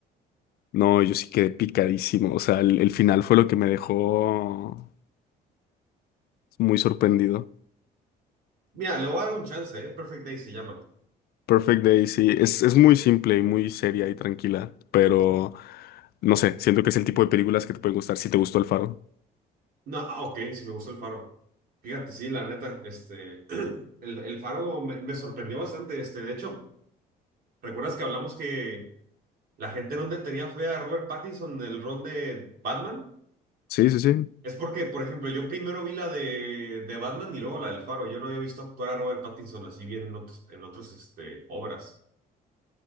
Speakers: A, on the left; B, on the right.
A: No, yo sí quedé picadísimo. O sea, el, el final fue lo que me dejó muy sorprendido.
B: Mira, le voy a dar un chance, ¿eh? Perfect Day se llama.
A: Perfect Day, sí. Es, es muy simple y muy seria y tranquila, pero no sé, siento que es el tipo de películas que te pueden gustar si te gustó El Faro.
B: No, ah, ok, sí me gustó el faro. Fíjate, sí, la neta, este, <clears throat> el, el faro me, me sorprendió bastante, este, de hecho, ¿recuerdas que hablamos que La gente no le tenía fe a Robert Pattinson en el rol de Batman.
A: Sí, sí, sí.
B: Es porque, por ejemplo, yo primero vi la de, de Batman y luego la del Faro. Yo no había visto actuar a Robert Pattinson así bien en otros, en otras este, obras.